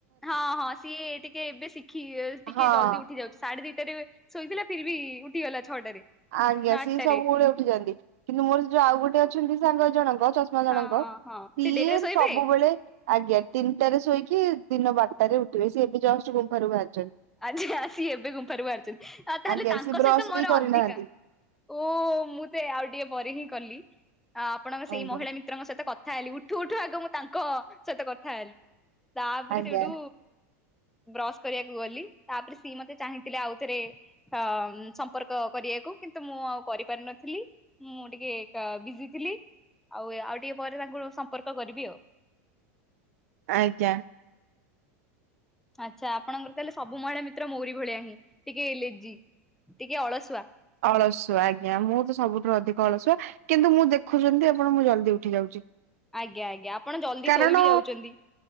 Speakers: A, in the centre; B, on the right.
A: ହଁ ହଁ ସିଏ ଟିକେ ଏବେ ଶିଖି ଟିକେ
B: ହଁ
A: ଜଲ୍ଦି ଉଠି ଯାଉଚି ସାଢ଼େ ଦି ଶୋଇଥିଲା ଫିର ବି ଉଠିଗଲା ଛଅଟାରେ
B: ଆଜ୍ଞା
A: ନା
B: ସିଏ
A: ଆଠଟାରେ
B: ସବୁବେଳେ ଉଠି ଯାନ୍ତି କିନ୍ତୁ ମୋର ଯୋଉ ଆଉ ଗୋଟେ ଅଛନ୍ତି ସାଙ୍ଗ ଜଣକ ଚଷମା ଜଣଙ୍କ
A: ହଁ ହଁ ହଁ
B: ସିଏ
A: ସେ ଡେରିରେ ଶୋଇବେ।
B: ସବୁବେଳେ ଆଜ୍ଞା ତିନିଟାରେ ଶୋଇକି ଦିନ ବାରଟାରେ ଉଠିବେ ସିଏ ଏବେ ଜଷ୍ଟ ଗୁମ୍ଫାରୁ ବାହାରିଚନ୍ତି।
A: ଆଛା ସିଏ ଏବେ ଗୁମ୍ଫାରୁ ବାହାରାରୁଚନ୍ତି ଆଉ ତାହେଲେ
B: ଆଜ୍ଞା
A: ତାଙ୍କ
B: ସେ ବ୍ରସ୍
A: ସହିତ ମୋର
B: ବି କରିନାହାନ୍ତି
A: ଅଧିକା ଓ ମୁଁ ତ ଆଉ ଟିକେ ପରେ ହିଁ କଲି ଆ ଆପଣଙ୍କ ସେଇ
B: ଆଜ୍ଞା
A: ମହିଳା ମିତ୍ରଙ୍କ ସହିତ କଥା ହେଲି ଉଠୁ ଉଠୁ ଆଗ ମୁଁ ତାଙ୍କ ସହିତ କଥା ହେଲି। ତାପରେ
B: ଆଜ୍ଞା।
A: ସେଇଠୁ ବ୍ରଶ କରିବାକୁ ଗଲି ତାପରେ ସିଏ ମତେ ଚାହିଁଥିଲେ ଆଉ ଥରେ ଅ ସମ୍ପର୍କ କରିବାକୁ କିନ୍ତୁ ମୁଁ ଆଉ କରିପାରି ନଥିଲି। ମୁଁ ଟିକେ କା ବିଜି ଥିଲି ଆଉ ଆଉ ଟିକେ ପରେ ତାଙ୍କୁ ସମ୍ପର୍କ କରିବି ଆଉ।
B: ଆଜ୍ଞା।
A: ଆଚ୍ଛା ଆପଣଙ୍କର ତାହେଲେ ସବୁ ମହିଳା ମିତ୍ର ମୋରି ଭଳିଆ ହିଁ ଟିକେ ଲେଜି। ଟିକେ ଅଳସୁଆ।
B: ଅଳସୁଆ ଆଜ୍ଞା ମୁଁ ତ ସବୁଠୁ ଅଧିକ ଅଳସୁଆ କିନ୍ତୁ ମୁଁ ଦେଖୁଛନ୍ତି ଆପଣ ମୁଁ ଜଲଦି ଉଠି ଯାଉଛି।
A: ଆଜ୍ଞା ଆଜ୍ଞା ଆପଣ ଜଲଦି
B: କାରଣ
A: ଶୋଇ ବିି ଯାଉଛନ୍ତି